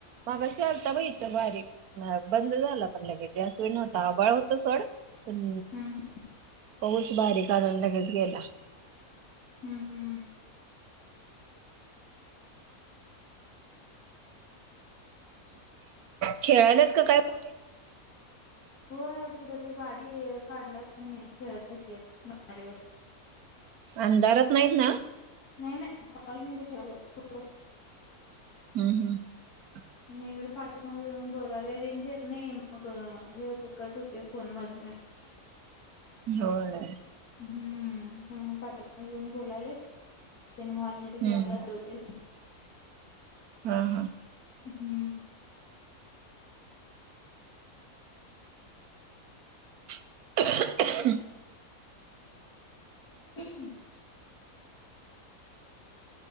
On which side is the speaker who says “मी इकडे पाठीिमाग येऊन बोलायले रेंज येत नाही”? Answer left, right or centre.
Left